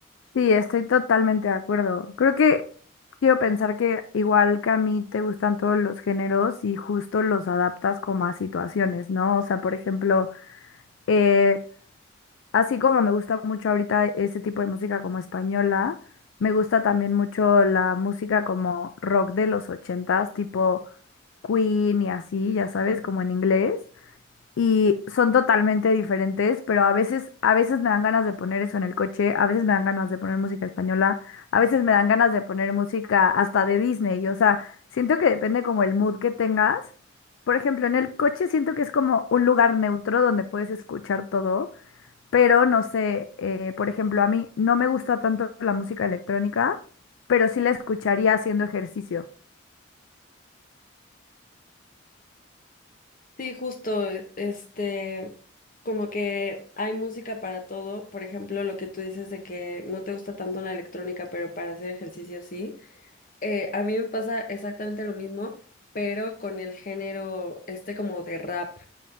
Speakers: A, on the left (about 70°); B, on the left (about 40°).
A: Sí, estoy totalmente de acuerdo. Creo que quiero pensar que igual que a mí te gustan todos los géneros y justo los adaptas como a situaciones, ¿no? O sea, por ejemplo, eh, Así como me gusta mucho ahorita ese tipo de música como española, me gusta también mucho la música como rock de los ochentas, tipo Queen y así, ya sabes, como en inglés. Y son totalmente diferentes, pero a veces, a veces me dan ganas de poner eso en el coche, a veces me dan ganas de poner música española, a veces me dan ganas de poner música hasta de Disney. O sea, siento que depende como el mood que tengas. Por ejemplo, en el coche siento que es como un lugar neutro donde puedes escuchar todo pero no sé, eh, por ejemplo, a mí no me gusta tanto la música electrónica, pero sí la escucharía haciendo ejercicio.
B: Sí, justo, e- este, como que hay música para todo, por ejemplo, lo que tú dices de que no te gusta tanto la electrónica, pero para hacer ejercicio sí. Eh, a mí me pasa exactamente lo mismo, pero con el género este como de rap.